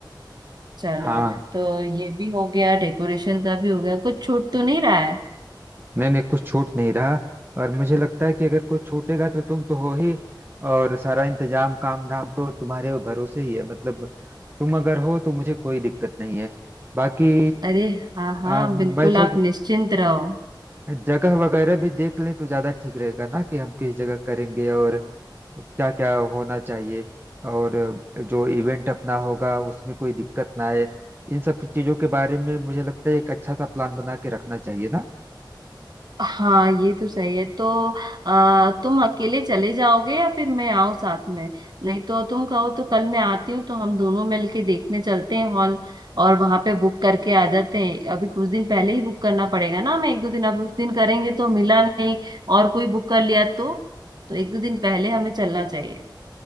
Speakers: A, on the right (about 60°); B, on the right (about 25°).
A: चलो
B: हाँ
A: तो ये भी हो गया डेकोरेशन का भी हो गया कुछ छूट तो नहीं रहा है
B: नहीं नहीं कुछ छूट नहीं रहा और मुझे लगता है कि अगर कुछ छूटेगा तो तुम तो हो ही और सारा इंतजाम काम धाम तो तुम्हारे भरोसे ही है मतलब तुम अगर हो तो मुझे कोई दिक्कत नहीं है बाकी
A: अरे हाँ हाँ
B: आ, मैं
A: बिल्कुल
B: सोच
A: आप निश्चिंत रहो
B: जगह वगैरह भी देख लें तो ज्यादा ठीक रहेगा ना कि हम किस जगह करेंगे और क्या क्या होना चाहिए और जो इवेंट अपना होगा उसमें कोई दिक्कत ना आए इन सब चीजों के बारे में मुझे लगता है एक अच्छा सा प्लान बना के रखना चाहिए ना
A: हाँ ये तो सही है तो आ, तुम अकेले चले जाओगे या फिर मैं आऊँ साथ में नहीं तो तुम कहो तो कल मैं आती हूँ तो हम दोनों मिलके देखने चलते हैं हॉल और वहां पे बुक करके आ जाते हैं अभी कुछ दिन पहले ही बुक करना पड़ेगा ना हमें एक दो दिन अब उस दिन करेंगे तो मिला नहीं और कोई बुक कर लिया तो, तो एक दो दिन पहले हमें चलना चाहिए